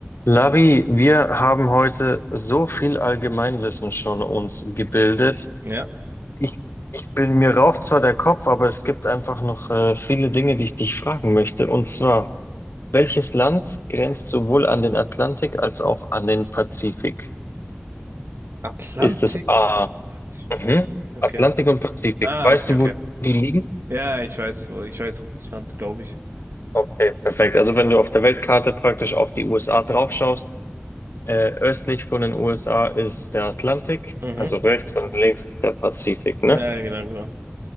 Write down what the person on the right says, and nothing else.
Ja.
Atlantik
und Pazifik.
Okay.
Ah,
okay,
okay.
Ja, ich weiß, wo- ich weiß auch das Land, glaube ich.
Mhm.
Ja,
genau, genau.